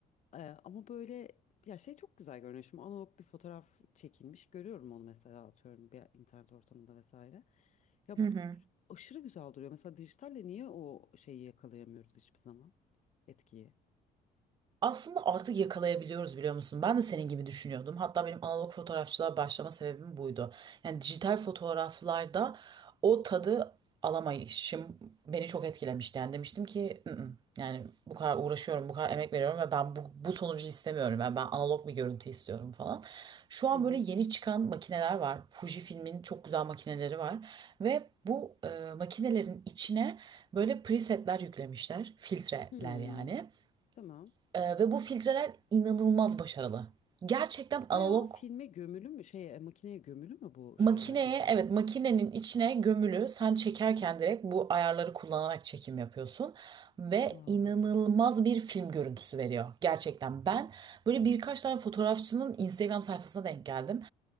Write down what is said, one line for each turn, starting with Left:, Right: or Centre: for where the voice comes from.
Left: E, ama böyle ya şey çok güzel görünüyor. Şimdi analog bir fotoğraf çekilmiş görüyorum onu mesela atıyorum bir internet ortamında vesaire. Ya
Right: Hı hı.
Left: aşırı güzel duruyor. Mesela dijitalle niye o şeyi yakalayamıyoruz hiçbir zaman etkiyi?
Right: Aslında artık yakalayabiliyoruz biliyor musun? Ben de senin gibi düşünüyordum. Hatta benim analog fotoğrafçılığa başlama sebebim buydu. Yani dijital fotoğraflarda o tadı alamayışım beni çok etkilemişti. Yani demiştim ki "Mm, mm." yani bu kadar uğraşıyorum, bu kadar emek veriyorum ve ben bu, bu sonucu istemiyorum. Yani ben analog bir görüntü istiyorum falan. Şu an
Left: Hı hı.
Right: böyle yeni çıkan makineler var. Fujifilm'in çok güzel makineleri var. Ve bu e, makinelerin içine böyle presetler yüklemişler. Filtreler
Left: Hmm,
Right: yani.
Left: tamam.
Right: Ee, ve bu filtreler inanılmaz başarılı. Gerçekten analog
Left: Bayağı filme gömülü mü şey e, makineye gömülü mü bu
Right: makineye,
Left: şeyler filtreler?
Right: evet makinenin içine gömülü sen çekerken direkt bu ayarları kullanarak çekim yapıyorsun. Ve
Left: Aa.
Right: inanılmaz bir film görüntüsü veriyor gerçekten. Ben böyle birkaç tane fotoğrafçının Instagram sayfasına denk geldim.